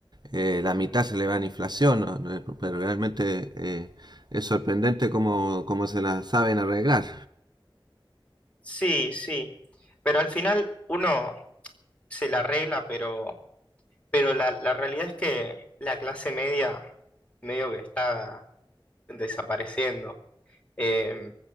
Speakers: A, on the right; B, on the left.
A: eh, la mitad se le va en inflación? ¿no? no, Pero realmente eh, es sorprendente cómo, cómo se las saben arreglar.
B: sí, sí, pero al final uno se la arregla, pero, pero la, la realidad es que la clase media medio que está desapareciendo. Eh,